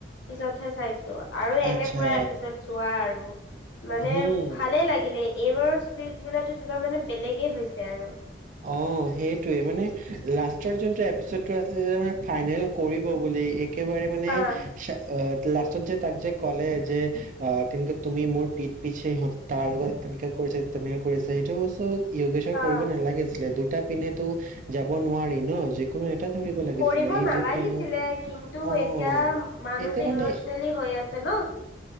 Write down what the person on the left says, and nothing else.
পিছতহে চাইছো আৰু এনে
পুৰা এপিছত চোৱা আৰু মানে
ভালে লাগিলে এইবাৰৰ স্পিচ বিলো কিবা মানে বেলেগে হৈছে আৰু
হা
হা
কৰিব
নালাগিছিলে
কিন্তু
এতিয়া মানুহটো
ইমচনেলি
হৈ আছে ন